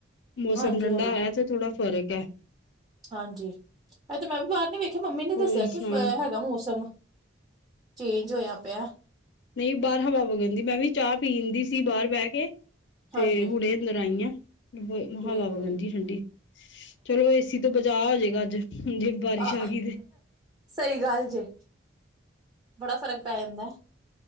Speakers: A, on the left (about 60°); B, on the right (about 20°).
A: ਮੌਸਮ
B: ਹਾਂਜੀ
A: ਠੰਡਾ
B: ਹਾਂਜੀ
A: ਹੋਇਆ ਤੇ ਥੋੜਾ ਫ਼ਰਕ ਐ।
B: ਹਾਂਜੀ ਏ ਤੇ ਮੈਂ ਵੀ ਬਾਰ ਨੀ ਵੇਖਿਆ ਮੰਮੀ ਨੇ
A: ਹੋਰ
B: ਦੱਸਿਆ
A: ਸੁਣਾਓ
B: ਕੀ ਫ ਹੈਗਾ ਮੌਸਮ। ਚੇਂਜ ਹੋਇਆ ਪਿਆ।
A: ਨਈ ਬਾਰ ਹਵਾ ਵਗਣਦੀ ਮੈਂ ਵੀ ਚਾਹ ਪੀਣਂਦੀ ਸੀ ਬਾਰ ਬੈ ਕੇ ਤੇ
B: ਹਾਂਜੀ
A: ਹੁਣੇ ਦਰ ਆਈਆਂ ਹਵਾ
B: ਠੀਕ
A: ਵਗਣਦੀ
B: ਹੈ ਠੀਕ
A: ਠੰਡੀ ਚਲੋ ਏਸੀ ਤੋਂ ਬਚਾਅ ਹੋ ਜੇਗਾ ਅੱਜ। ਜੇ ਬਾਰਿਸ਼
B: ਅ
A: ਆ ਗਈ ਤੇ
B: ਸਈ ਗੱਲ ਜੇ। ਬੜਾ ਫ਼ਰਕ ਪੈ ਜਾਂਦਾ।